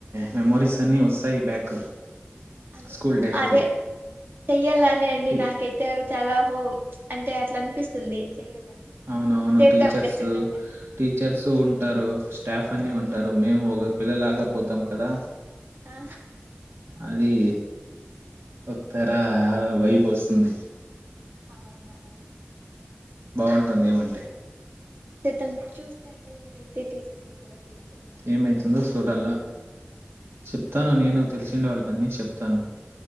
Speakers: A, on the right; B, on the right.
A: మెమోరీస్ అన్ని వస్తాయి బ్యాక్
B: అ
A: స్కూల్ డేస్‌ది.
B: అదే చెయ్యాలని ఉంది
A: టి
B: నాకైతే చాలా హో అంటే అట్లా అనిపిస్తుంది చెయ్యాలని
A: అవునవును
B: చేద్దాం
A: టీచర్స్
B: ఖచ్చితంగా
A: టీచర్స్ ఉంటారు స్టాఫ్ అని
B: ఆ
A: ఉంటారు
B: వీలు
A: మేము ఒక పిల్ల లాగా పొ త్తం కదా
B: ఆ
A: అది అబ్ తర ఆమె వైబ్ వస్తుంది
B: అవును అవును
A: బాగుంటుంది ఏమంటే
B: చేద్దాం చూస్తే అట్లా వీలయితే టీచర్స్ ని కూడా పిలుద్దాము ఉంటారేమో
A: ఏమైతుందో
B: అక్కడే
A: చూడల్లా చెప్తాను నేను తెలిసినా వాళ్ళకి అన్ని చెప్ తను